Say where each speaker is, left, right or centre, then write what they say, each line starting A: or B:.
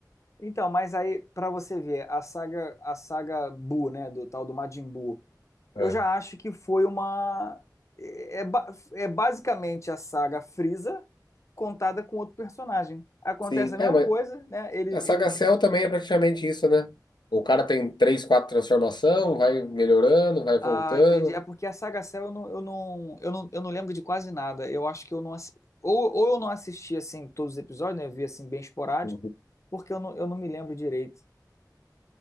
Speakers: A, on the left; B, on the left.
A: Então, mas aí, pra você ver, a saga, a saga Buu, né? Do tal do Majin Buu. Eu
B: É.
A: já acho que foi uma. É, é ba- é basicamente a saga Frieza contada com outro personagem. Acontece
B: Sim,
A: a mesma
B: é, mas
A: coisa, né? Ele,
B: a Saga
A: ele
B: Cell também é praticamente isso, né? O cara tem três, quatro transformação, vai melhorando, vai voltando.
A: Ah, entendi. É porque a Saga Cell eu não, eu não, eu não, eu não lembro de quase nada. Eu acho que eu não assi- ou, ou eu não assisti assim todos os episódios, né? Eu vi assim bem esporádico,
B: Uhum.
A: porque eu não, eu não me lembro direito.